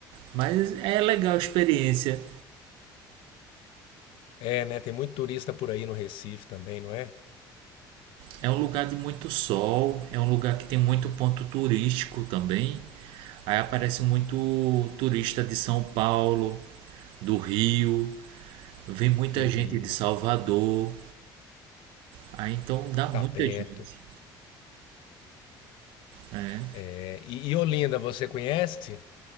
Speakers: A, on the right; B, on the left.
A: Mas é legal a experiência.
B: é, né? Tem muito turista por aí no Recife também, não é?
A: É um lugar de muito sol, é um lugar que tem muito ponto turístico também. Aí aparece muito turista de São Paulo, do Rio, vem muita
B: Do
A: gente
B: Rio,
A: de Salvador. Aí então dá muita
B: tá perto.
A: gente. É.
B: É, e, e Olinda, você conhece?